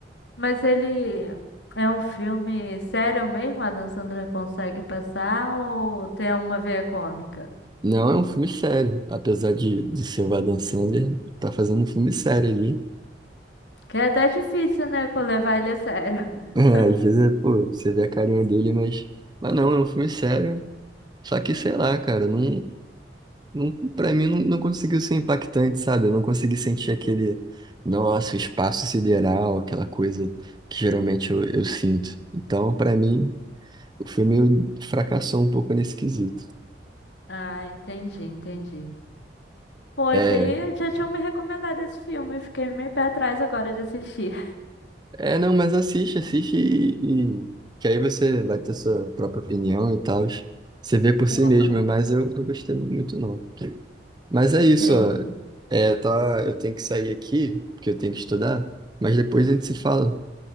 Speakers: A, on the left; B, on the right.
A: Mas ele é um filme sério mesmo? A Dan Sandra consegue passar ou tem uma veia cômica?
B: Não é um filme sério. Apesar de, de ser o Adam Sandler, tá fazendo um filme sério ali. <laughs>
A: Que é até difícil, né, co- levar ele a sério. <laughs>
B: É, Às vezes, é, pô, você vê a carinha dele, mas... Mas não, é um filme sério. Só que, sei lá, cara, não. Não, pra mim não, não conseguiu ser impactante, sabe? Eu não consegui sentir aquele, nossa, o espaço sideral, aquela coisa que geralmente eu, eu sinto. Então, pra mim, o filme fracassou um pouco nesse quesito.
A: Ah, entendi, entendi. Poxa,
B: É,
A: e já tinham me recomendado esse filme, eu fiquei meio pé atrás agora de assistir.
B: é, não, mas assiste, assiste e, e- que aí você vai ter sua própria opinião e tal. Você vê por si
A: Aham.
B: mesmo, mas
A: <laughs>
B: eu não gostei muito, não. Mas é
A: Entendi.
B: isso, ó. É, tá, eu tenho que sair aqui, porque eu tenho que estudar, mas depois a gente se fala.